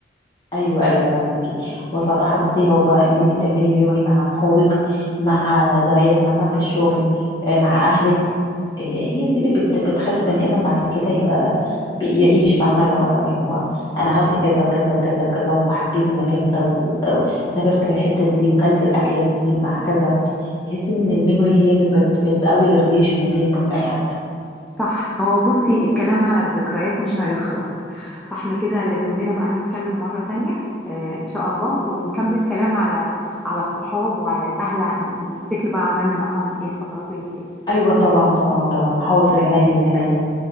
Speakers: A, on the left; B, in the centre.
A: ايوه ايوه فاهميكي وصراحه بصي هو ان انت تعملي ميموري مع اصحابك مع زمايلك مثلا في الشغل آه، مع اهلك آه، هي دي اللي بت بتخلي البني ادم بعد كده يبقى بي- يعيش فاهمه لو اللي هو انا عملت كذا وكذا وكذا وكذا وحبيت المكان ده و- وسافرت في الحته دي وكلت الاكله دي مع كذا تحسي ان الميموري هي اللي بت بتقوي الريليشن ما بينك وما بين اي حد
B: صح هو بصي الكلام على الذكريات مش هيخلص فاحنا كده لازم لنا بقى نتكلم مره تانية آه ان شاء الله ونكمل كلام على على الصحاب وعلى الاهل ع- نفتكر بقى عملنا معاهم ايه الفترات اللي فاتت
A: ايوه طبعا طبعا طبعا حاضر عينيا عينيا